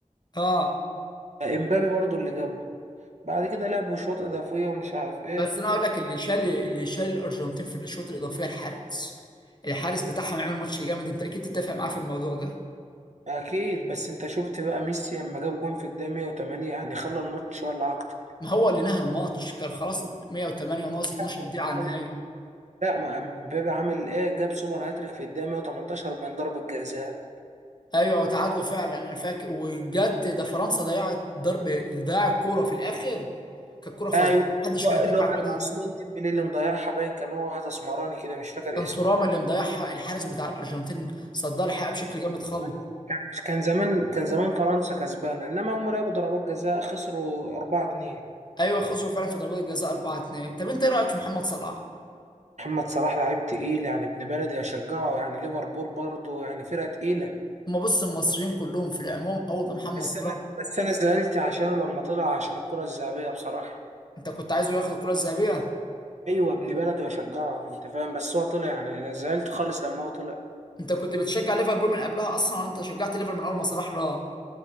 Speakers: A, on the left; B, on the right.
A: اه
B: امبابي برضو اللي جابه بعد كده لعبوا شوط اضافيه ومش عارف ايه
A: بس انا هقول لك اللي شال اللي شال الارجنتين في الشوط الاضافي الحارس الحارس بتاعهم عمل ماتش جامد انت اكيد تتفق معاه في الموضوع ده
B: اكيد بس انت شفت بقى ميسي اما جاب جون في الدقيقه 108 يعني خلى الماتش ولا اكتر
A: ما هو اللي نهى الماتش كان خلاص 108 ناقص 12
B: هما
A: دقيقة على النهاية
B: لعبوا- لا ما امبابي عامل ايه جاب سوبر هاتريك في الدقيقه 118 من ضربه جزاء
A: ايوه وتعادلوا فعلا انا فاكر وجت ده فرنسا ضيعت ضرب ضيع الكورة في الاخر كانت كورة فظيعة
B: ايوه
A: محدش
B: هو
A: كان يتوقع
B: اللي هو كان
A: الكورة دي.
B: عثمان ديمبلي اللي مضيعها باين كان هو واحد اسمراني كده مش فاكر
A: كان
B: اسمه
A: تورام اللي مضيعها الحارس بتاع الارجنتين صدها الحقيقة بشكل جامد خالص
B: يعني كان كان زمان كان زمان فرنسا كسبانه انما هم لعبوا ضربات جزاء خسروا 4 2
A: ايوه خسروا فعلا في ضربات الجزاء 4-2 طب انت ايه رايك في محمد صلاح
B: محمد صلاح لعيب تقيل يعني ابن بلدي اشجعه يعني ليفربول برضه يعني فرقه تقيله
A: ما بص المصريين كلهم في العموم اول ما محمد
B: بس
A: صلاح
B: انا بس انا زعلت عشانه لما طلع عشان الكرة الذهبية بصراحة
A: انت كنت عايزه ياخد الكره الذهبيه
B: ايوه ابن بلدي واشجعه انت فاهم بس هو طلع يعني انا زعلت خالص لما هو طلع
A: انت كنت بتشجع ليفربول من قبلها اصلا ولا انت شجعت ليفربول من اول ما صلاح راح